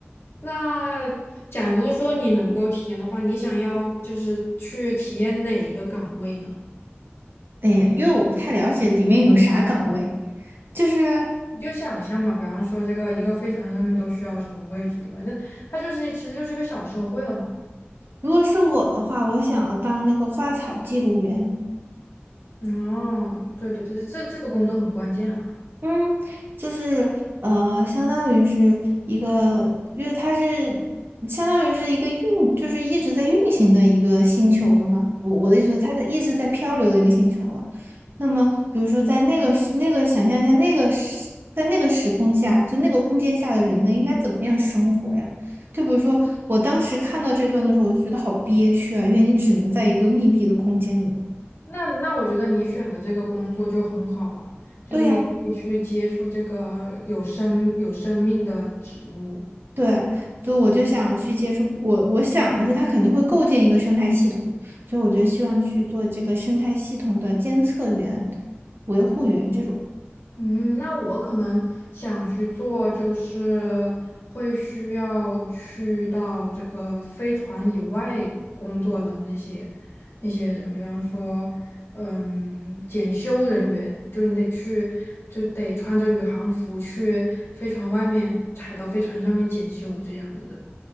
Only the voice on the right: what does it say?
哎呀，因为我不太了解里面有啥岗位。就是
如果是我的话，我想要当那个花草记录员。
嗯，就是呃，相当于是一个，因为它是相当于是一个运，就是一直在运行的一个星球了嘛。我我的意思是，它在一直在漂流的一个星球了。那么，比如说在那个时那个想象一下，那个时在那个时空下，就那个空间下的人类应该怎么样生活呀？就比如说，我当时看到这段的时候，我就觉得好憋屈啊，因为你只能在一个密闭的空间里。
对呀。对，所以我就想要去接触我，我想的是它肯定会构建一个生态系统，所以我就希望去做这个生态系统的监测员、维护员这种。